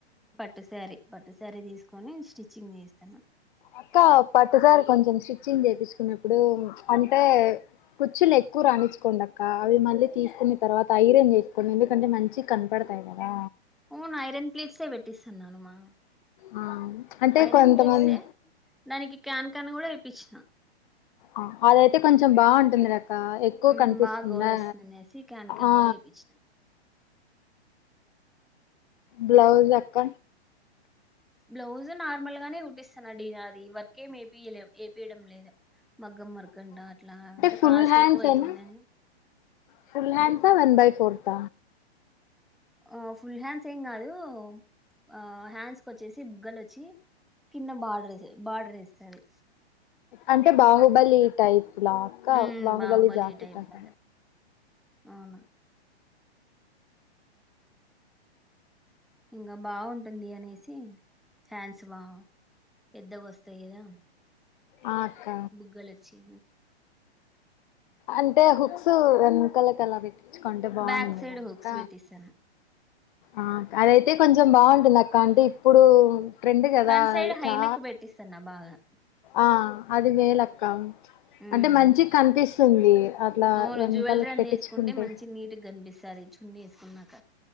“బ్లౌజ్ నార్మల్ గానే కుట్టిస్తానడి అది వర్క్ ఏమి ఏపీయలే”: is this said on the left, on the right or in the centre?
Centre